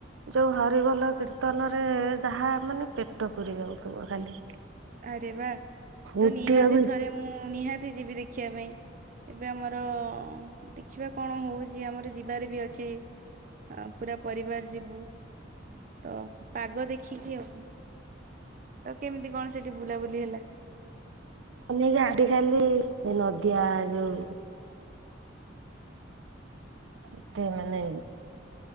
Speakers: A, on the right; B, on the right.
A: ଯୋଉ ହରିବଲ କୀର୍ତ୍ତନ ରେ ଯାହା ମାନେ ପେଟ ପୁରି ଯାଉଥିବ ଖାଲି।
B: ଆରେ ବା ତ
A: ଉଠିବାକୁ
B: ନିହାତି
A: ଇଚ୍ଛା
B: ଥରେ ମୁଁ ନିହାତି ଯିବି ଦେଖିବା ପାଇଁ। ଏବେ ଆମର ଦେଖିବା କଣ ହଉଛି ଆମର ଯିବାରେ ବି ଅଛି। ଆ ପୁରା ପରିବାର ଯିବୁ ତ ପାଗ ଦେଖିକି ଆଉ। ତ କେମିତି କଣ ସେଠି ବୁଲାବୁଲି ହେଲା?
A: ଅନକ ଆଡେ ଖାଲି ଏ ନଦିଆ ଯୋଉ ମତେ ମନେ